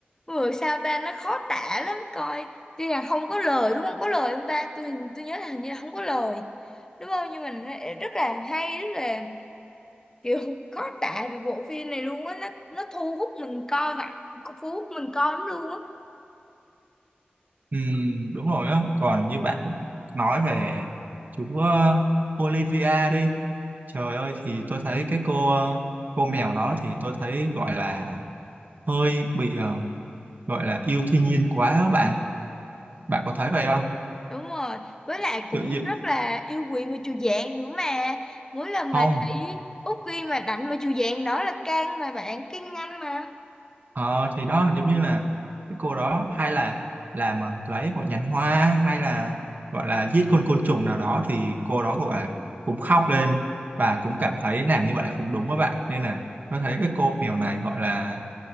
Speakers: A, on the left; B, on the right.
A: vừa sao ta nó khó tả lắm coi tuy là không có lời đúng không có lời không ta tôi tôi nhớ là hình như là không có lời đúng không nhưng mình rất là hay rất là kiểu <laughs> khó tả về bộ phim này luôn á nó nó thu hút mình coi mà thu hút mình coi lắm luôn á
B: Ừ, đúng rồi á còn như bạn nói về chú ờ, Olivia đi trời ơi thì tôi thấy cái cô ờ, cô mèo đó thì tôi thấy gọi là hơi bị ờ, gọi là yêu thiên nhiên quá á bạn bạn có thấy vậy không
A: Đúng rồi, với lại cũng
B: tự nhiên
A: rất là yêu quý mà chù dạng nữa mà. Mỗi lần
B: không
A: mà thấy Út ghi mà đánh mà chù dạng đó là can mà bạn, can nhanh mà.
B: Ờ thì đó giống như là cái cô đó hay là làm ờ, lấy một nhánh hoa hay là gọi là giết con côn trùng nào đó thì cô đó cũng là cũng khóc lên và cũng cảm thấy làm như vậy là không đúng các bạn nên là tôi thấy cái cô mèo này gọi là